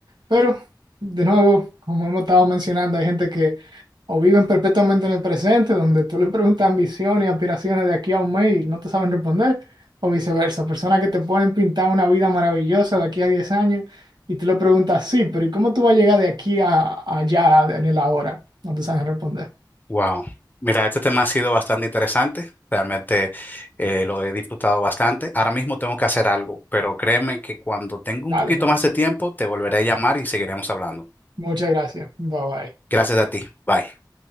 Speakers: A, on the right; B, on the left.
A: pero de nuevo, como hemos estado mencionando, hay gente que o viven perpetuamente en el presente, donde tú le preguntas ambiciones y aspiraciones de aquí a un mes y no te saben responder, o viceversa, personas que te pueden pintar una vida maravillosa de aquí a 10 años y tú le preguntas, sí, pero ¿y cómo tú vas a llegar de aquí a, a allá en el ahora? No te saben responder.
B: Wow. Mira, este tema ha sido bastante interesante. Realmente eh, lo he disfrutado bastante. Ahora mismo tengo que hacer algo, pero créeme que cuando tenga
A: Dale,
B: un poquito más de tiempo, te volveré a llamar y seguiremos hablando.
A: muchas gracias. Bye bye.
B: Gracias a ti. Bye.